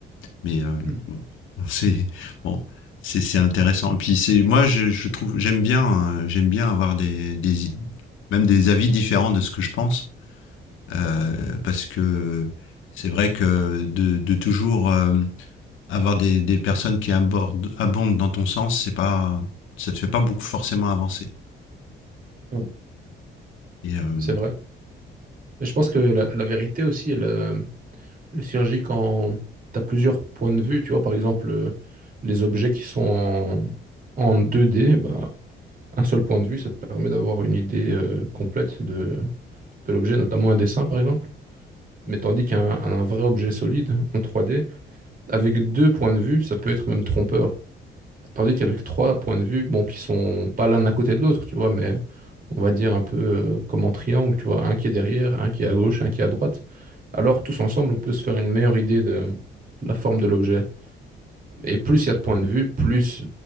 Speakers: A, on the left; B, on the right.
A: Mais euh,
B: Hmm.
A: bon, <laughs> c'est bon, c'est c'est intéressant. Et puis c'est moi je, je trouve j'aime bien euh, j'aime bien avoir des des même des avis différents de ce que je pense euh, parce que c'est vrai que de, de toujours euh, avoir des, des personnes qui abordent, abondent dans ton sens, c'est pas ça te fait pas beaucoup forcément avancer.
B: Ouais.
A: Et euh,
B: C'est vrai. Mais je pense que la, la vérité aussi, elle, euh, elle surgit quand tu as plusieurs points de vue, tu vois, par exemple, euh, les objets qui sont en, en 2D, bah, un seul point de vue, ça te permet d'avoir une idée euh, complète de, de l'objet, notamment un dessin par exemple. Mais tandis qu'un un vrai objet solide en 3D, avec deux points de vue, ça peut être même trompeur. Tandis qu'avec trois points de vue, bon, qui sont pas l'un à côté de l'autre, tu vois, mais on va dire un peu euh, comme en triangle, tu vois, un qui est derrière, un qui est à gauche, un qui est à droite. Alors tous ensemble, on peut se faire une meilleure idée de la forme de l'objet. Et plus il y a de points de vue, plus